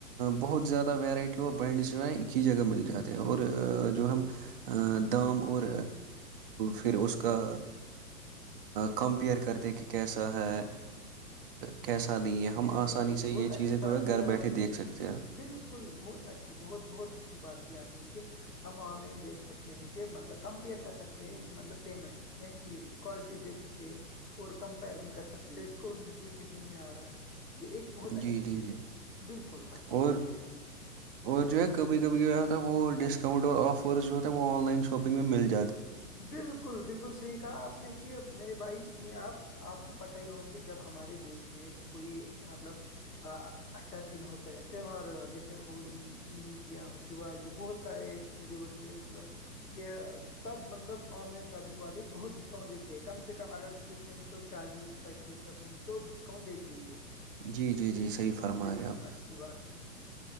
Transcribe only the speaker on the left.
جی
بالکل
بہت
اچھی
بات
کی
آپ
نے
بالکل بہت اچھی بہت بہت اچھی بات کی آپ نے کہ ہم آن لائن دیکھ سکتے ہیں کہ مطلب کمپیئر کر سکتے ہیں مطلب پیمنٹ چیز بھی کوالٹی دیکھ سکتے ہے اور کمپیرزن کر سکتے ہیں کون سا چیز کتنے میں آ رہا ہے یہ ایک بہت
اچھی
چیز
ہے بالکل اچھی
بات کہی آپ نے
بالکل بالکل صحیح کہا آپ نے کہ میرے بھائی سنیئے آپ آپ کو پت ہی ہوگا کہ جب ہمارے دیش میں کوئی مطلب اچھا دن ہوتا ہے تیوار ویوار جیسے جیسے ہولی عید یا دیوالی بہت سارے ایسی چیزیں ہوتی ہے مطلب کہ تب مطلب آن لائن شاپنگ والے بہت ڈسکاؤنٹ دیتے کم سے کم اگر کچھ نہیں تو چالیس پینتیس پرسینٹ دو ڈسکاؤنٹ دیتی ہی ہے
ہم،
بالکل،
<inaudible>